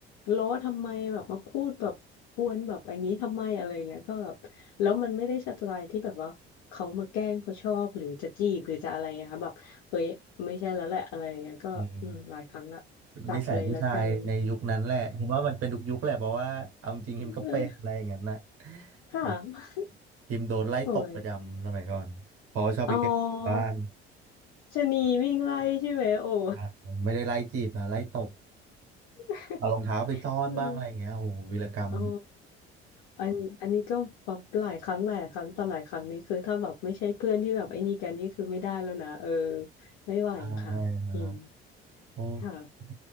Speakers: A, on the left; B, on the right.
A: ล้อทำไมแบบมาพูดแบบกวนแบบอย่างนี้ทำไมอะไรอย่างเงี้ยก็แบบแล้วมันไม่ได้สไตล์ที่แบบว่าเขามาแกล้งเพราะชอบหรือจะจีบหรือจะอะไรนะคะแบบเฮ้ยไม่ใช่แล้วแหละอะไรอย่างเงี้ยก็อืมหลายครั้งละตัดเลยแล้วกัน
B: อืมนิสัยผู้ชายในยุคนั้นแหละผมว่ามันเป็นทุกยุคแหละเพราะว่าเอาจริงฮิมก็เป็นอะไรอย่างนั้นนะ
A: เออค่ะ
B: อืมฮิมโดนไล่ตบประจำสมัยก่อน
A: โอ้ย
B: เพราะว่าชอบไปแกล้งบ้าน
A: อ๋อชะนีวิ่งไล่ใช่ไหมโอ้
B: อ่าไม่ได้ไล่จีบนะไล่ตบ
A: <laughs>
B: เอารองเท้าไปซ่อนบ้างอะไรอย่างเงี้ยโอ้โหวีรกรรม
A: อืม อ๋ออันอันนี้ก็แบบหลายครั้งหลายครั้งต่อหลายครั้งนี้คือถ้าแบบไม่ใช่เพื่อนที่แบบไอ้นี่กันนี่คือไม่ได้แล้วนะเออไม่ไหวค่ะฮิม
B: ใช่ครับโอเค
A: ค่ะ